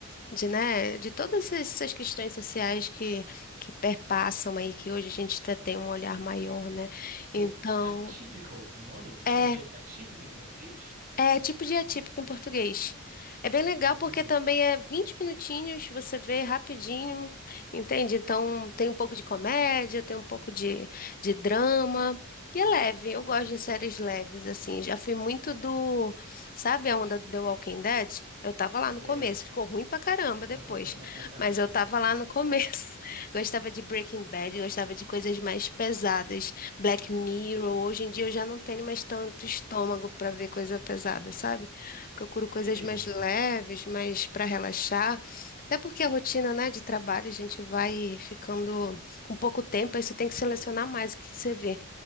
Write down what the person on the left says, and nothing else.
de, né, de todas essas questões sociais que, que perpassam aí, que hoje a gente até tem um olhar maior, né? Então.
é,
é tipo de atípico em português. É bem legal
porque também é 20 minutinhos, você vê rapidinho, entende? Então tem um pouco de comédia, tem um pouco de, de drama. E é leve, eu gosto de séries leves, assim. Já fui muito do. Sabe a onda do The Walking Dead? Eu tava lá
no começo, ficou ruim pra caramba depois.
Mas eu tava lá no começo. <laughs> Gostava de Breaking Bad, gostava de coisas mais pesadas. Black Mirror. Hoje em dia eu já não tenho mais tanto estômago para ver coisa pesada, sabe? Procuro coisas
mais
leves, mais para relaxar. Até porque a rotina, né, de trabalho, a gente vai ficando com pouco tempo, aí você tem que selecionar mais o que que você vê.